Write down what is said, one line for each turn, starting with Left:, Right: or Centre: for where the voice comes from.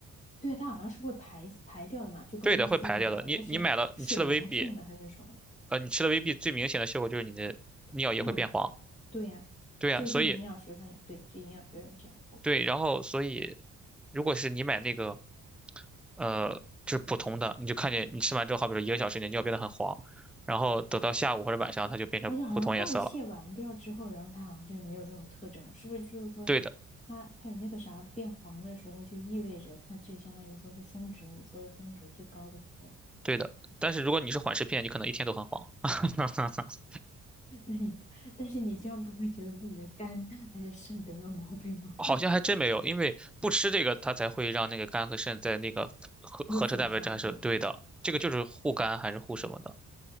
Left: 对，它好像是会排排掉的嘛，就跟
Centre: 对的，
Left: VC
Centre: 会排掉的。
Left: 一样的，
Centre: 你你买了，
Left: 它是水溶性的还是什么的？
Centre: 你吃了 VB，呃，你吃了 VB 最明显的效果就是你的尿液会变黄。
Left: 那种，对呀、
Centre: 对呀，
Left: 这个是营养学上，
Centre: 所以
Left: 对，这营养学上讲过，
Centre: 对，然后所以如果是你买那个呃，就是普通的，你就看见你吃完之后，好比说一个小时，你的尿变得很黄，然后等到下午或者晚上，它就变成普通颜色了。
Left: 而且好像代谢完掉之后，然后它好像就没有这种特征了，是不是？就是说它它有那个啥变黄的时候，
Centre: 对的，
Left: 就意味着它这相当于说是峰值，你说的峰值最高的时候。
Centre: 对的。但是如果你是缓释片，你可能一天都很黄。<laughs>
Left: 那你，但是你这样不会觉得自己的肝还是肾得了毛病吗？
Centre: 好像还真没有，
Left: <laughs>
Centre: 因为不吃这个，它才会让那个肝和肾在那个合合成蛋白质还是对的。
Left: 有损伤是不是？
Centre: 这个就是护肝还是护什么的。